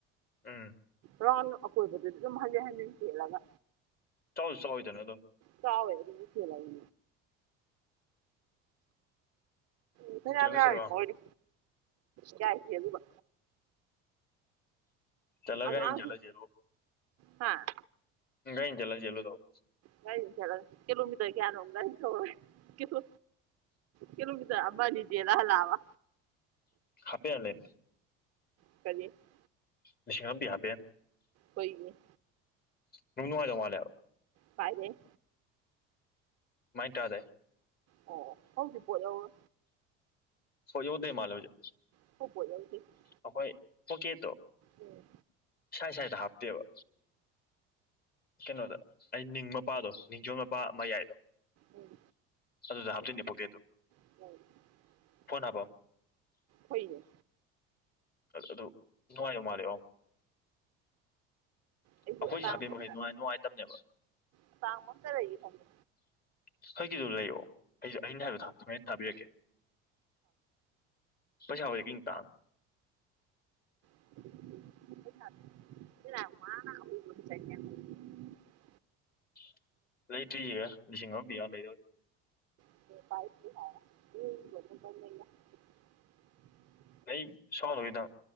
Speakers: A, on the left; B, on the right.
A: ꯎꯝ
B: ꯔꯥꯎꯟ ꯑꯀꯣꯏꯕꯗꯗꯤ ꯑꯗꯨꯝ ꯍꯟꯖꯤꯦꯟ ꯍꯟꯖꯤꯟ ꯆꯠꯂꯒ
A: ꯆꯠꯂ ꯆꯠꯣꯏꯗꯣꯏꯅ ꯑꯗꯣ
B: ꯇꯥꯎꯌꯦ ꯑꯗꯨꯁꯤꯂ ꯏ ꯏ ꯐ ꯌꯥꯝ
A: ꯆꯦꯜꯂꯨꯁꯤꯔꯣ
B: ꯌꯥꯃꯤꯗꯤ ꯀꯥꯏꯈꯤ ꯑꯗꯨꯒ
A: ꯆꯠꯂꯒ
B: ꯑꯂ
A: ꯑꯩꯅ ꯆꯠꯂꯁꯦ
B: ꯍꯥ
A: ꯉ ꯆꯂ ꯖꯂꯣ ꯇꯧ
B: ꯀ ꯆꯂ ꯀꯂꯣꯃꯤꯗ ꯀꯌꯥꯅ ꯊ ꯀꯂꯣ ꯀꯂꯗꯕꯟꯗꯦꯂꯂꯕ
A: ꯍꯥꯄꯦ ꯑꯂꯦꯟ
B: <inaudible>
A: ꯅꯤꯡꯕꯤ ꯌꯥ ꯄꯦ
B: ꯍꯣꯏꯅꯦ
A: ꯅꯨꯡ ꯅꯨꯡꯉꯥꯏꯖꯧ ꯃꯥꯅꯦꯕ
B: ꯄꯥꯏꯗꯦ
A: ꯃꯥꯏ ꯇꯗꯦ
B: ꯑꯣ ꯑꯣ ꯍꯧꯖꯤꯛ ꯄꯣꯠ ꯌꯧꯔꯦ
A: ꯁ ꯌꯣꯗꯩ ꯃꯥꯜꯂꯣꯏꯌꯦ
B: <unintelligible>
A: ꯑꯍꯣꯏ ꯑꯣꯀꯦ ꯇꯣ
B: ꯎꯝ
A: ꯁ꯭ꯋꯥꯥꯏ ꯁ꯭ꯋꯥꯏꯗ ꯍꯥꯞꯇꯦꯕ ꯀꯩꯅꯣꯗ ꯑꯩ ꯅꯤꯡ <unintelligible> ꯃꯄꯥꯗꯣ ꯅꯤꯡꯖꯣ ꯃꯄꯥ ꯃꯌꯥꯏꯗꯣ
B: ꯎꯝ
A: ꯑꯗꯨꯗ ꯍꯥꯞꯇꯣꯏꯅꯦ ꯄꯣꯀꯦꯠꯇꯣ
B: <unintelligible>
A: ꯐꯣꯟ ꯍꯥꯞꯐꯝ
B: ꯍꯣꯏꯅꯦ
A: ꯑꯗꯨ ꯅꯨꯡꯉꯥꯏꯗꯨ ꯃꯥꯜꯂꯦ <unintelligible>
B: ꯑꯩꯁꯨ
A: ꯑꯩꯈꯣꯏꯁꯦ
B: ꯑꯇꯥꯥꯡꯕ
A: ꯍꯥꯞꯄꯦꯟ ꯃꯈꯩ
B: ꯑꯃꯇꯥ
A: ꯅꯨꯡꯉꯥꯏ ꯅꯨꯡꯉꯥꯏꯇꯕꯅꯦꯕ
B: ꯑꯇꯥꯡꯕ ꯑꯃꯇꯥ ꯂꯩꯒꯦ ꯇꯧꯕꯅꯦ
A: ꯑꯩꯈꫭꯏꯒꯤꯗꯨ ꯂꯩꯑꯣ ꯑꯩꯁꯨ ꯑꯩꯅ ꯍꯥꯏꯕꯗꯨ ꯊꯥꯕꯤꯔꯛꯀꯦ ꯄꯩꯁꯥꯕꯨꯗꯤ ꯏꯟ ꯇꯥꯡ
B: <unintelligible>
A: <inaudible> ꯂꯩꯇ꯭ꯔꯤꯌꯦ ꯂꯤꯁꯤꯡ ꯑꯃ ꯄꯤꯕ ꯑꯃ ꯂꯩꯔ <unintelligible>
B: <unintelligible> ꯄꯥꯏ ꯍꯥꯏ <unintelligible>
A: ꯑꯩ ꯁꯣꯠꯂꯨꯒꯦ ꯇꯧ